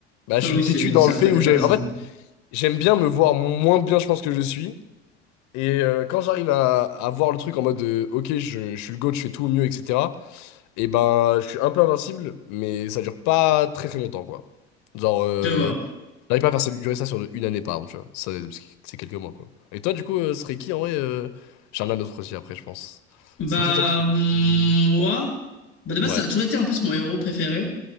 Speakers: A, on the left; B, on the left.
A: Bah,
B: Après
A: je suis
B: oui, c'est
A: têtu dans
B: ça
A: le
B: après
A: fait
B: de
A: où
B: base.
A: j'ai. En fait, j'aime bien me voir moins bien, je pense, que je suis. Et euh, quand j'arrive à, à voir le truc en mode, euh, ok, je, je suis le GOAT, je fais tout au mieux, etc. Et ben, je suis un peu invincible, mais ça dure pas très très longtemps, quoi. Genre. euh,
B: Je vois.
A: J'arrive pas à faire ça- durer ça sur de- une année par exemple, tu vois. Ça, c'est c'est quelques mois, quoi. Et toi, du coup, euh, ce serait qui en vrai euh, J'en ai un autre aussi après, je pense.
B: Bah
A: C'est qui toi qui. qui
B: mm,
A: te-
B: moi, bah de base
A: Ouais,
B: ça a toujours été en plus mon héros préféré.